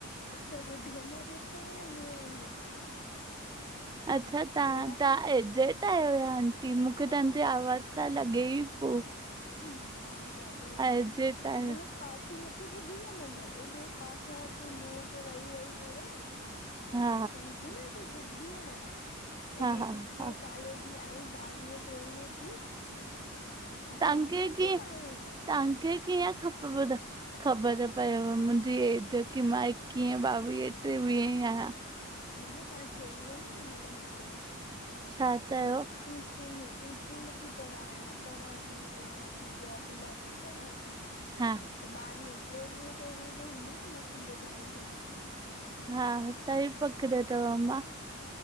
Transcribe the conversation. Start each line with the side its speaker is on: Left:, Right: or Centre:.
Left: अच्छा ॿुढी अम्मा बि अथव छा मुहं वांगुरु!
Right: अच्छा तहां
Left: आहियां
Right: एजेॾ आहियो छा आंटी मूंखे
Left: हा
Right: तहांजी आवाज़ु तां लॻे ई पो।
Left: हा ॾाढी एजेड,
Right: एजेट आहियो
Left: मना ख़ांसी न त ॿुधी आ मन एॾो ख़ांसि न मुंहं ते वेई वेई करे
Right: हा
Left: त सम्झ न कि ॿुढी आहियां, हेॾी
Right: हा हा
Left: एकवीहें
Right: हा
Left: साले जी जी आई ॿावीहे टेवीह जी। त
Right: तहांखे
Left: सम्झी नथी
Right: किए
Left: मायो
Right: तहांखे किअं ख़बर पयव ख़बर पयव मुहिंजी एज कि मां एकिवीहें ॿावीहें टेवीहें जी आहियां।
Left: मन तव्हां चयो हुव न हिन महिल मूंखे
Right: छा चयो
Left: कि मां टीचिंग टीचिंग थी पढ़ाया पढ़ां थी पढ़ाया थी जॉब ला ऐ थी कयां।
Right: हा
Left: त ॿावीहे टेवीह चोवीह जी हूंदी अं बसि, ॿियो घणे जी हूंदीअं।
Right: हा सही पकड़ियो थव अम्मा।